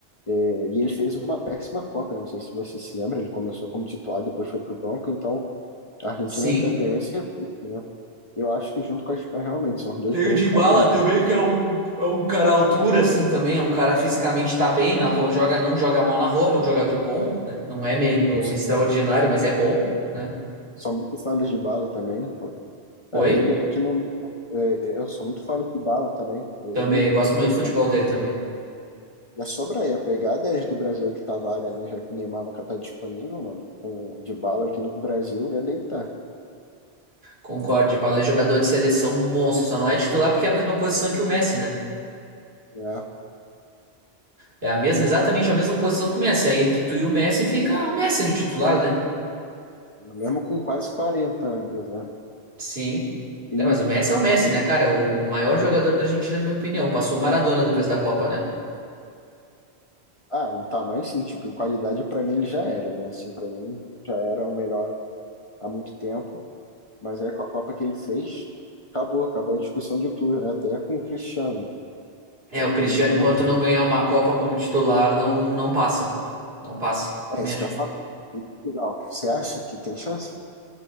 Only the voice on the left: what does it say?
é, e ele fez uma péssima Copa, né? não sei se você se lembra, ele começou como titular, depois foi pro banco, então a Argentina
ainda ganhou esse reforço, né? Eu acho que junto com a Espanha, realmente, são os dois
grandes
favoritos.
Eu sou,
sou muito fã do Dybala também, pô,
É, ele aqui no meio, é, é, eu sou muito fã do Dybala também. né?
Ele aqui
no
meio
campo
já sobra aí, é pegar 10 do Brasil aí que tá vaga, né? Já que o Neymar nunca tá disponível, mano. Com o Dybala aqui no Brasil ia deitar,
né?
Mesmo com quase 40 anos, né?
E,
e,
e-
ah, em tamanho sim, tipo, em qualidade pra mim ele já era, né? Assim, pra mim já era o melhor há muito tempo, mas é com a Copa que ele fez, acabou, acabou a discussão de tudo, né? Até com o Cristiano.
Acho
que não tem
mais
É isso
que eu
falo. E Portugal, você acha que tem chance?